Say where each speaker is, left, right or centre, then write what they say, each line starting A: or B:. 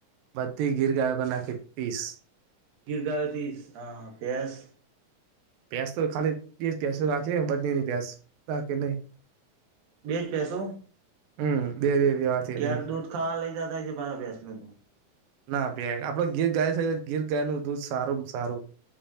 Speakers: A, on the right; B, on the right.
A: બધી ગીર ગાયો કર નાખી પીસ.
B: ગીર ગાયો તીસ હા પેસ
A: પેસ તો ખાલી બે પેસ રાખે બદનીની પ્યાસ રાખે નહી.
B: બે જ પૈસો
A: હમ બે બે વ્યવાથેલી
B: ક્યારે દૂધ ખાવા લઈ જતાાય છે બાર ભ્યાસ ને તો.
A: ના પી આપડે ગીર ગાય છે ગર ગાયનું તું સારું આમ સારું.